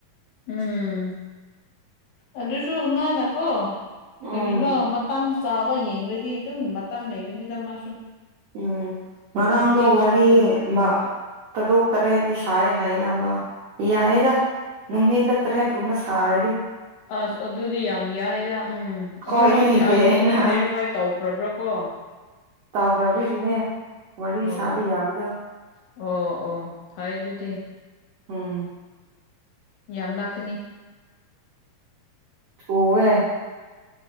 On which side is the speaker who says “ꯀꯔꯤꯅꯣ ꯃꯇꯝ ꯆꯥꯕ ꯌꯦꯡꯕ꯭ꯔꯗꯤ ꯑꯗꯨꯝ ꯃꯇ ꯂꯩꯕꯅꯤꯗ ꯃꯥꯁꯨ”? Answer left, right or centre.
Left